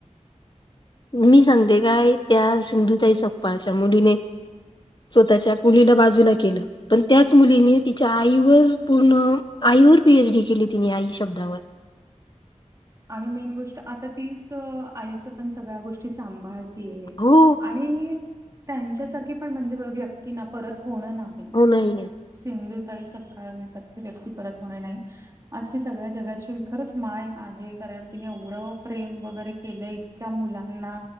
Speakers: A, on the left (about 40°); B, on the right (about 25°).
A: मी सांगते काय त्या सिंधुताई सपकाळच्या मुलीने स्वतःच्या मुलीला बाजूला केलं पण त्याच मुलीने तिच्या आईवर पूर्ण आईवर पीएचडी केली तिने आई शब्दावर
B: आणि मेन गोष्ट आता तीच आईचं पण सगळ्या गोष्टी सांभाळ तिये
A: हो
B: आणि त्यांच्यासारखी पण म्हणजे व्यक्ती ना परत होणं नाही
A: हो नाही नाही
B: सिंधुताई सपकाळ सारखी व्यक्ती परत होणे नाही आज ती सगळ्या जगाची खरंच माय आहे कारण की एवढं प्रेम वगैरे केलं इतक्या मुलांना